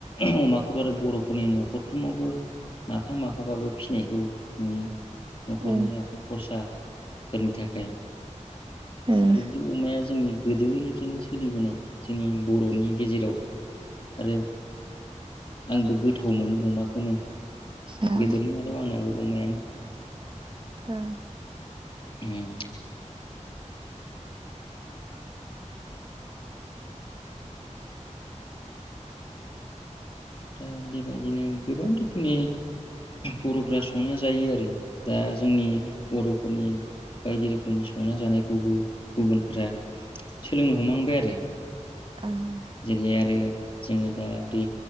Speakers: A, on the left; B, on the right.
A: अमाखौथ' आरो बर'फोरनि न'खरफ्रोमावबो माफा माफाबाबो फिसिनायखौ नुयो। न'खरनि
B: ओं ओं
A: आखाइ खरसा फोरनि थाखाय।
B: ओं
A: आरो बे अमाया जोंनि गोदोनिफ्रायनो सोलिबोनाय जोंनि बर'नि गेजेराव आरो आंबो गोथाव मोनो अमाखौनो।
B: आ
A: बेदरनि मादाव आंनाबो अमायानो
B: ओं
A: हुम दा बेबायदिनो गोबां रोखोमनि बर'फोरा संना जायो आरो दा जोंनि बर'फोरनि बायदि रोखोमनि संना जानायखौबो गुबुनफोरा सोलोंनो हमहांबाय आरो
B: ओं
A: जेरैहाय आरो जोङो दा दै